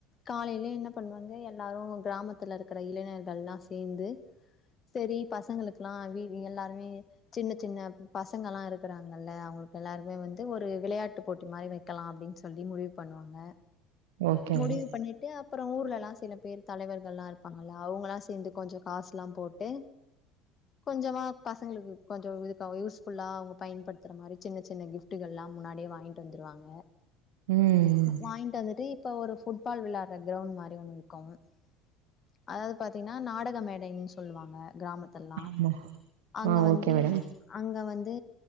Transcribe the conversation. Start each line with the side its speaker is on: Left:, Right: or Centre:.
Left: காலேலே என்ன பண்வாங்க எல்லாரு கிராமத்துல இருக்குற இளைஞர்கள்லா சேந்து செரி பசங்களுக்குலா வீ எல்லாருமே சின்ன சின்ன பசங்கலா இருக்குறாங்கல்ல அவுங்களுக் எல்லாருக்குமே வந்து ஒரு விளையாட்டு போட்டி மாரி வை க்கலா அப்டின் சொல்லி முடிவு பண்ணுவாங்க
Right: ஓகே
Left: முடிவு
Right: மேடம்
Left: பண்ணிட்டு அப்பறோ ஊர்லலா சில பேர் தலைவர்கள்லா இருப்பாங்கல்ல அவுங்களா சேந்து கொஞ்ச காஸ்லா போட்டு கொஞ்சமா பசங்ளுக்கு கொஞ்ச இதுக்கா யூஸ்ஃபுல்லா அவுங்க பயன்படுத்துற மாரி சின்ன சின்ன கிஃப்ட் ட்டுகள்லா முன்னாடியே வாங்கிட்டு வந்துருவாங்க
Right: ம் ம்
Left: வாங்கிட்டு வந்துட்டு இப்ப ஒரு ஃபுட்பால் விளாட்ற க்ரௌண்ட் மாரி ஒண்ணு இருக்கு அதாவது பாத்தீங்கனா நாடக மே டைன் சொல்லுவாங்க கிராமத்துலலா
Right: ஆமா
Left: அங்க
Right: ஆ
Left: வந்து
Right: ஓகே மேடம்
Left: அங்க வந்து